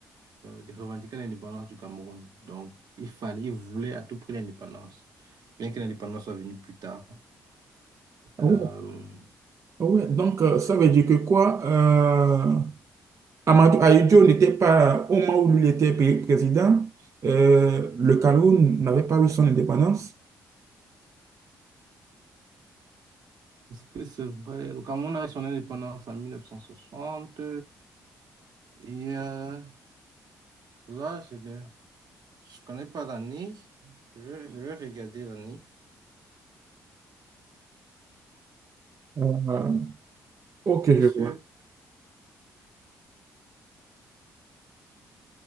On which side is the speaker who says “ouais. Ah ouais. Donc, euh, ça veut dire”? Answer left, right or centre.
Right